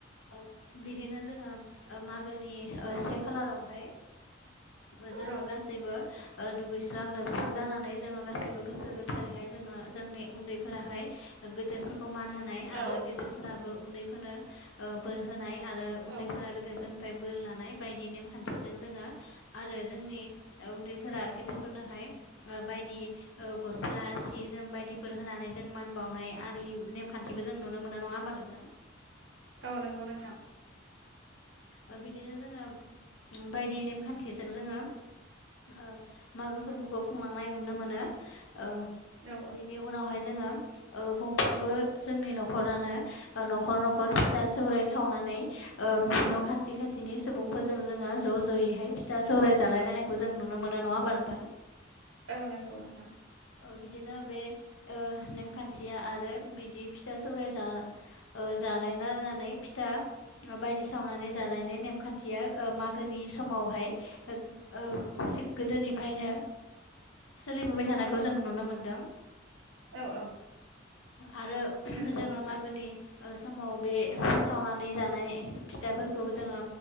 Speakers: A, on the left (about 85°); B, on the right (about 75°).
A: ओ बिदिनो जोङो ओ मागोनि से खालारावहाय ओ जोङो
B: औ
A: गासैबो ओ दुगैस्रां लोब स्रां जानानै जोङो गाैबो गोसो गोथारैहाय जोङो जोंनि उन्दैफोराहाय ओ गेदेरफोरखौ मान नोन होनाय आरो
B: औ
A: गेदेरफोराबो उन्दै नो ओ बोर होनाय आरो उन्दैफोरा
B: औ
A: गेदेरफोरनिफ्राय बोर लानाय बायदि नेमखान्थिजों जोङो आरो जोंनि ओ उन्दैफोरा गेदेर फोरनोहाय ओ बायदि ओ गस्ला सि जोम बायदिफोर होनानै जों मान बावनाय आरि नेमखान्थिबो जों नुनो मोनो नङा होमबा नोंथां।
B: औ नंगौ नोंथां
A: औ बिदिनो जोङो बायदि नेमखान्थिजों जोङो ओ मागो फोरबोखौ खुंलांनाय नुनो मोनो। औ
B: औ
A: बेनि उनावहाय जोङो ओ गंफ्रोमबो जोंनि न'खरानो न'खर न'खर फिथा सौराय सावनानै ओ न' खाथि खाथिनि सुबुंफोरजों जोङो ज' ज'यैहाय फिथा सौराय जालायलायनायखौ जों नुनो मोनो। नङा होमबा नोंथां
B: औ नंगौ नोंथां।
A: ओ बिदिनो बे ओ नेमखान्थिया आरो बिदि फिथा सौराय जा ओ जालायनानानै फिथा बायदि सावनानै जालायनाय नेमखान्थिया ओ मागोनि समाव मावहाय ओ ओ जि गोदोनिफ्रायनो सोलिबोबाय थानाय
B: औ
A: खौ जों नुनो मोनदों।
B: औ औ
A: आरो
B: नंगौ
A: जोङो
B: नोंथां
A: मागोनि ओ समाव बे सावनानै जानाय फिथाफोरखौ जोङो